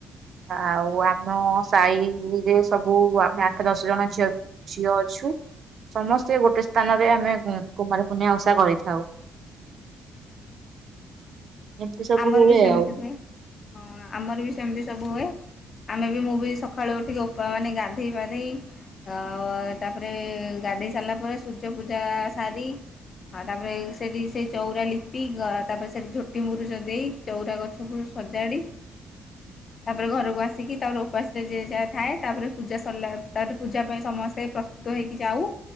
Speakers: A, on the right; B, on the left.
A: ଆଉ ଆମ ସାହିରେ ସବୁ ଆମେ ଆଠ ଦଶ ଜଣ ଝିଅ ଝିଅ ଅଛୁ ସମସ୍ତେ ଗୋଟେ ସ୍ଥାନରେ ଆମେ କୁମାର ପୂର୍ଣ୍ମା ଓଷା କରିଥାଉ। ଏମିତି ସବୁ
B: ଆମର
A: ହୁଏ
B: ବି ସେମିତି
A: ଆଉ
B: ହୁଏ ଆମର ବି ସେମିତି ସବୁ ହୁଏ। ଆମେ ବି ମୁଁ ବି ସକାଳୁ ଉଠିକି ମାନେ ଗାଧେଇ ପାଧେଇ ଆ ତାପରେ ଗାଧେଇ ସାରିଲା ପରେ ସୂର୍ଯ୍ୟ ପୂଜା ସାରି ଆ ତାପରେ ସେଠି ସେଇ ଚଉରା ଲିପି ତାପରେ ସେଠି ଝୋଟିମୁରୁଛନ୍ତି। ଦେଇ ଚଉରା ଗଛକୁ ସଜାଡି ତାପରେ ଘରକୁ ଆସିକି ତାପରେ ଉପାସରେ ଯ ଯାହା ଥାଏ ତାପରେ ପୂା ସିଲା ତାପରେ ପୂଜା ପାଇଁ ସମସ୍ତେ ପ୍ରସ୍ତୁତ ହେଇକି ଯାଉ